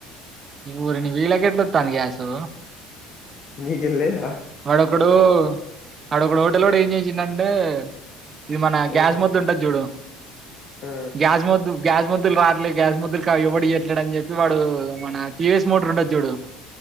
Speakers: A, on the right; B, on the left.
A: ఓరి నీ వీళ్ళకెట్లొత్తాంది గ్యాసు
B: మీకేం లేదా
A: వాడొకడు ఆడొకడు హోటలోడు ఏం చేసిండంటే ఇది మన
B: ఆ
A: గ్యాస్ మొద్దు ఉంటాది చూడు
B: ఆ
A: గ్యాస్ మొద్దు గ్యాస్ మొద్దులు రాట్లేదు గ్యాస్ మొద్దులు కా ఎవ్వడు ఇయ్యట్లేడు అని చెప్పి వాడు మన టీ వీ ఎస్ మోటర్ ఉంటాది చూడు